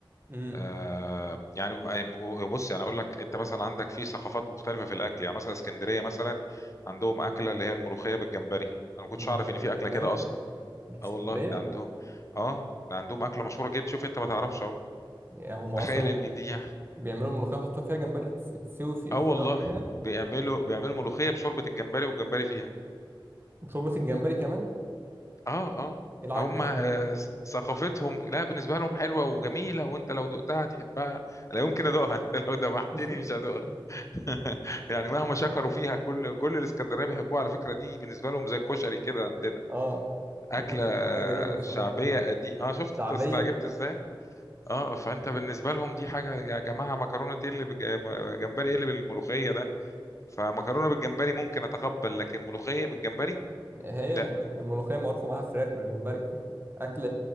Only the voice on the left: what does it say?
آه يعني بص يعني اقول لك انت مثلا عندك في ثقافات مختلفه في الاكل يعني مثلا اسكندريه مثلا عندهم اكله اللي هي الملوخيه بالجمبري انا ما كنتش
اعرف ان
في اكله كده اصلا
اه
والله ده عندهم اه ده عندهم اكله مشهوره جدا شوف انت ما تعرفش اهو
تخيل ان
دي
اه
والله
بيعملوا بيعملوا ملوخيه بشوربه الجمبري والجمبري فيها
آه، آه.
هم
ث ثقافتهم لأ، بالنسبة لهم حلوة وجميلة وأنت لو دُقتها هتحبها، لا يمكن أدوقها، <laughs> أنت لو دَبَحتني
مش هادوقها. <laughs> يعني مهما شكروا فيها كل كل الإسكندرانية بيحبوها على فكرة دي بالنسبة لهم زي الكشري كده عندنا،
أكلة
شعبية
قدي آه، شُفت أنت
استعجبت
إزاي؟ آه، فأنت بالنسبة لهم دي حاجة يا جماعة مكرونة إيه اللي بج م جمبري إيه اللي بالملوخية ده، فمكرونة بالجمبري ممكن أتقبّل، لكن ملوخية بالجمبري
لأ.